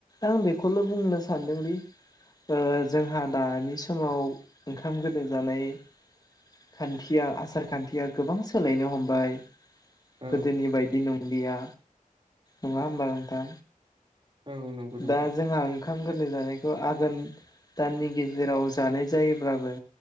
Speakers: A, on the left (about 25°); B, on the right (about 35°).
A: आं बेखौल' बुंनो सान्दों दि ओ जोंहा दानि समाव ओंखाम गोरलै जानाय खान्थिया आसार खान्थिया गोबां सोलायनो हमबाय
B: औ
A: गोदोनि बायदि नंलिया, नङा हबा नोंथां?
B: औ नंगौ नोंथां
A: दा जोंहा ओंखाम गोरलै जानाय स' आघोन दाननि गेजेराव जानाय जायोब्लाबो